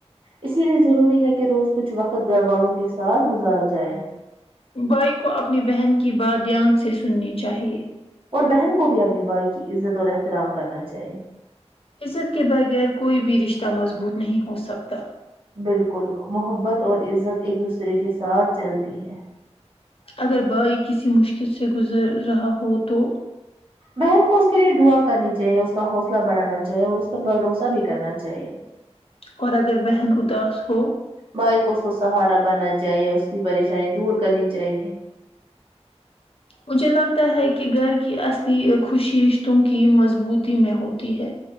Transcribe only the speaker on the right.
اسی لیے ضروری ہے کہ روز کچھ وقت گھر والوں کے ساتھ گزار جائے
اور بہن کو بھی اپنی بائی کی عزت اور احترام کرنا چاہیے
بالکل محبت اور عزت ایک دوسرے کے ساتھ چلتی ہے
بہن کو اس کے لیے دعا کرنی چاہیے اس کا حوصلہ بڑھانا چاہے اور اس پر بھروسہ بھی کرنا چاہیے
بھائی کو اس کو سہارا بننا چاہیے اس کی پریشانی دور کرنی چاہیے